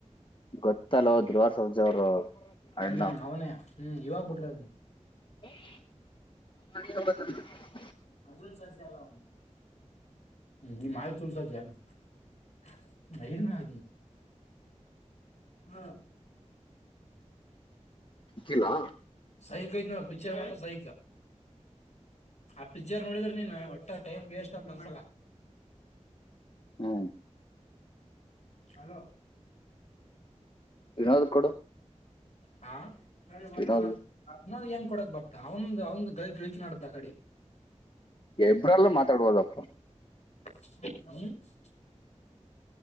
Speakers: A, on the left; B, on the left.
A: ಗೊತ್ತಲ್ವ ಧ್ರುವ ಸರ್ಜಾ ಅವರು ಅಣ್ಣ
B: ಹ್ಮ್ ಅವನೇ ಹ್ಮ್ ಇವಾಗ್ ಬಿಟ್ರ ಅದನ
A: ಹ <unintelligible>
B: ಅರ್ಜುನ್ ಸರ್ಜಾ ಅಲ್ಲ ಅವನು ಹು ಆಯತ ಸರ್ಜ ನ ಆ ಹ <unintelligible>
A: ಸಿಕ್ಕಿಲ್ಲ
B: ಸೈಕಐತ್ ನೋಡ್ ಪಿಕ್ಚರ್ ಸೈಕ ಆ ಪಿಜರ್ ನೋಡಿದ್ರೆ ನೀನ್ ಒಟ್ಟ ಟೈಮ್ ವೇಸ್ಟ್ ಅಂತ ಅನ್ಸಲ್ಲ
A: ಹ್ಮ
B: ಹಲೋ
A: ಏನಾದರು ಕೊಡು
B: ಹಾ ತಡರಿ ಹೊಳ್ಳಿ
A: ವಿನೋದ್
B: ಮಾಡ್ತಾನ ತಡಿ ಅದನರ ಹೆಂಗ ಕೊಡಕ್ ಬರ್ತ ಅವಂದ್ ಅವಂದ್ ಗೈ ಗಳಕಿ ನಡ್ದ ಆ ಕಡೆ
A: ಎಬ್ರಲ್ಲೂ ಮಾತಾಡ್ಬೋದಪ್ಪ
B: ಹ <unintelligible>